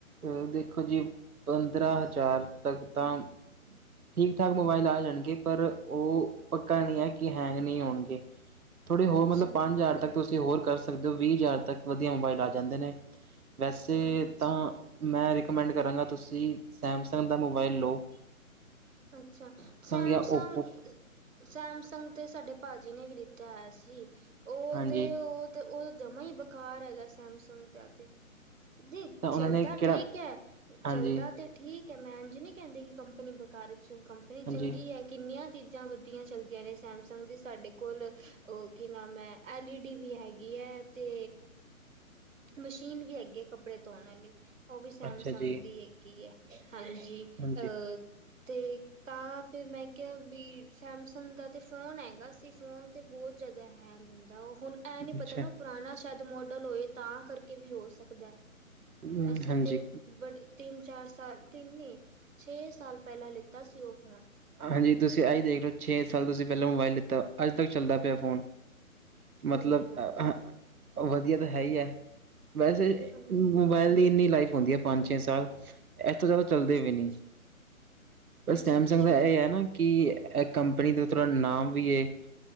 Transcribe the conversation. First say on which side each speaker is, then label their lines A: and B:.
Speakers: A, on the right; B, on the right.
A: ਅ ਦੇਖੋ ਜੀ ਪੰਦਰਾਂ ਹਜ਼ਾਰ ਤੱਕ ਤਾ ਠੀਕ ਠਾਕ ਮੋਬਾਇਲ ਆ ਜਾਣਗੇ, ਪਰ ਓ ਪੱਕਾ ਨੀ ਏ ਕਿ ਹੈਂਗ ਨੀ ਹੋਣਗੇ। ਥੋੜ੍ਹੇ ਹੋਰ
B: ਅੱਛਾ
A: ਮਤਲਬ ਪੰਜ ਹਜ਼ਾਰ ਤੱਕ ਤੁਸੀਂ ਹੋਰ ਕਰ ਸਕਦੇ ਓ ਵੀਹ ਹਜ਼ਾਰ ਤੱਕ ਵਦੀਆ ਮੋਬਾਈਲ ਆ ਜਾਂਦੇ ਨੇ। ਵੈਸੇ
B: ਅੱਛਾ
A: ਤਾਂ ਮੈਂ ਰਿਕਮੈਂਡ ਕਰਾਂਗਾ ਤੁਸੀਂ ਸੈਮਸੰਗ ਦਾ ਮੋਬਾਇਲ ਲੋ।
B: ਅੱਛਾ, ਸੈਮਸੰਗ
A: ਜਾਂ ਓਪੋ
B: ਸੈਮਸੰਗ ਤੇ ਸਾਡੇ ਪਾਜੀ ਨੇ ਵੀ ਲਿਤਾ ਹੋਆ ਸੀ ਓ
A: ਹਾਂਜੀ,
B: ਤੇ ਓ ਤੇ ਓ ਜਮਾਂ ਈ ਬੇਕਾਰ ਹੈਗਾ ਸੈਮਸੰਗ ਦਾ ਤੇ। ਜੀ
A: ਤਾਂ ਉਹਨਾਂ
B: ਚਲਦਾ
A: ਨੇ ਕਿਹੜਾ
B: ਠੀਕ ਏ, ਚਲਦਾ
A: ਹਾਂਜੀ,
B: ਤੇ ਠੀਕ ਏ ਮੈਂ ਐਂਜ ਨੀ ਕੇਂਦੀ ਕਿ ਕੰਪਨੀ ਬਕਾਰ ਏ ਚ ਕੰਪਨੀ ਚੰਗੀ
A: ਹਾਂਜੀ,
B: ਏ ਕਿੰਨੀਆਂ ਚੀਜ਼ਾਂ ਵਦੀਆ ਚੱਲਦੀਆਂ ਨੇ ਸੈਮਸੰਗ ਦੀ ਸਾਡੇ ਕੋਲ ਓ ਕੀ ਨਾਮ ਐ ਐੱਲ ਈ ਡੀ ਵੀ ਹੈਗੀ ਐ ਤੇ ਮਸ਼ੀਨ ਵੀ ਹੈੱਗੀ ਏ ਕੱਪੜੇ ਧੋਣ ਆਲੀ। ਓ ਵੀ ਸੈਮਸੰਗ
A: ਅੱਛਾ ਜੀ,
B: ਦੀ ਹੈਗੀ ਐ ਹਾਂਜੀ
A: ਹਾਂਜੀ,
B: ਅ ਤੇ ਤਾਂ ਫੇਰ ਮੈਂ ਕੇਆ ਵੀ ਸੈਮਸੰਗ ਦਾ ਤੇ ਫੋਨ ਹੈਗਾ ਸੀ, ਫੋਨ ਤੇ ਬੋਤ ਜ਼ਿਆਦਾ ਹੈਂਗ ਹੁੰਦ ਦੈ, ਹੁਨ ਐ ਨੀ
A: ਅੱਛਾ।
B: ਪਤਾ ਨਾ ਓ ਪੁਰਾਨਾ ਸ਼ਾਇਦ ਮੋਡਲ ਹੋਏ ਤਾਂ ਕਰਕੇ ਵੀ ਹੋ ਸਕਦੈ।
A: ਹੂੰ,
B: ਅਸੀਂ
A: ਹਾਂਜੀ।
B: ਤੇ ਬੜ ਤਿੰਨ-ਚਾਰ ਸਾਲ, ਤਿੰਨ ਨੀ ਛੇ ਸਾਲ ਪੇਲਾਂ ਲਿੱਤਾ ਸੀ ਓ ਫੋਨ।
A: ਹਾਂਜੀ ਤੁਸੀਂ ਆਈ ਦੇਖ ਲੋ ਛੇ ਸਾਲ ਤੁਸੀਂ ਪੇਲਾਂ ਮੋਬਾਈਲ ਲਿੱਤਾ ਆਜ ਤੱਕ ਚੱਲਦਾ ਪਯਾ ਫੋਨ।
B: ਹਾਂਜੀ
A: ਮਤਲਬ,
B: ਹਾਂਜੀ
A: ਹਾ ਵਦੀਆ ਤਾਂ ਹੈ ਈ ਐ ਵੈਸੇ
B: ਹਮ
A: ਮੋਬਾਇਲ ਦੀ ਇੰਨੀ ਲਾਈਫ ਹੁੰਦੀ ਐ ਪੰਜ-ਛੇ ਸਾਲ। ਏਸ ਤੋ ਜਾਦਾ ਚੱਲਦੇ
B: ਅੱਛਾ
A: ਵੀ ਨੀ
B: ਅੱਛਾ
A: ਪਰ
B: ਅੱਛਾ
A: ਸੈਮ
B: ਅੱਛਾ
A: ਏ ਨਾ ਕਿ ਐ ਕੰਪਨੀ ਦਾ ਥੋੜਾ ਨਾਮ ਵੀ ਏ।